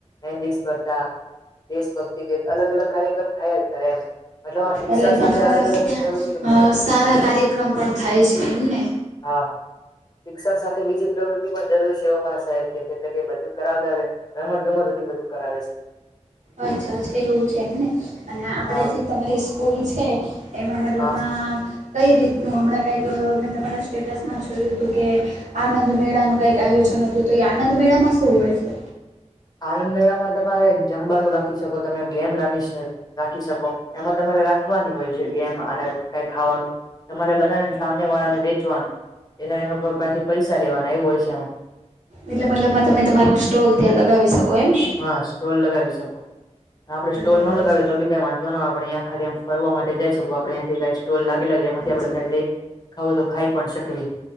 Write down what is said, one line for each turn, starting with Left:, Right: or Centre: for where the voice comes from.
Left: મંદ સ્પર્ધા દેશભક્તિ ગીત અલગ-અલગ કાર્યક્રમ થયા જ, સર એમ. શિક્ષણ
Right: મતલબ
Left: સાથે
Right: તમારા
Left: અલગ અલગ
Right: ત્યાં
Left: પ્રવૃત્તિ કરાવે
Right: સારા કાર્યક્રમ પણ થાય છે, એમને.
Left: હા. શિક્ષણ સાથે બીજી પ્રવૃત્તિ પણ જરૂરી છે, એવું મારા સાહેબ કેહે છે, એટલે કે બધું કરાવતા. રમત-ગમત બધું કરાવે છે.
Right: અચ્છા એવું છે, એમને અને આપડે
Left: હા
Right: જે તમારી સ્કૂલ છે. એમાં મતલબમાં
Left: હા
Right: કઈ રીતનું હમણાં કંઈક મેં તમારા સ્ટેટસમાં જોયું હતું કે. આનંદ મેળા નું કઈક આયોજન હતું., તો એ આનંદ મેળામાં શું હોય છે?
Left: આનંદ મેળામાં તમારે જમવાનું રાખી શકો, તમે ગેમ રમી છે. રાખી શકો, એમાં તમારે રાખવાની હોય છે, એમ અને કઈ ખાવાનું. તમારે બનાવે ને, સામે વાળા ને વેચવાનું, એટલે એથી પૈસા લેવાના એવું હોય છે એમાં.
Right: એટલે મતલબમાં તમે તમારો સ્ટોલ ત્યાં લગાવી શકો. એમ ને
Left: હા, સ્ટોલ લગાવી શકો, આપડે
Right: બરાબર
Left: સ્ટોલ ન લગાવી
Right: છે
Left: તો. કઈ વાંધો ન, આપણેે ખાલીમ ફરવા માટે જઈ શકો, આપડેથી ક સ્ટોલ લાગેલો છે, જેમાંથી
Right: અચ્છા
Left: આપણે ખાલી ખું તો ખાઈ પણ શકવી.